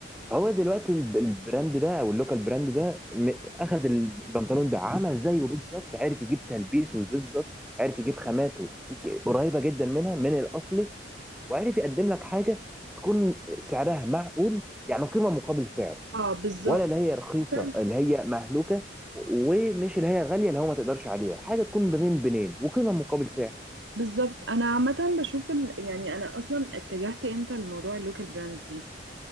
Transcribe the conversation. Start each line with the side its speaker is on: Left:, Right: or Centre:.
Centre: هو دلوقتي الب- البراند ده او اللوكال براند ده م- اخد البنطلون ده عمل زيه بالظبط عرف يجيب تلبيسه بالظبط عرف يجيب خاماته ك- قريبه جدا منها من الاصلي وعرف يقدم لك حاجه تكون سعرها معقول يعني قيمه مقابل سعر
Right: اه بالظبط
Centre: ولا اللي هي رخيصه
Right: مثلا
Centre: اللي هي مهلوكه ومش اللي هي غاليه اللي هو ما تقدرش عليها حاجه تكون بين بينين وقيمه مقابل سعر
Right: بالظبط انا عامه بشوف ال... يعني انا اصلا اتجهت امتى لموضوع اللوكال براندز دي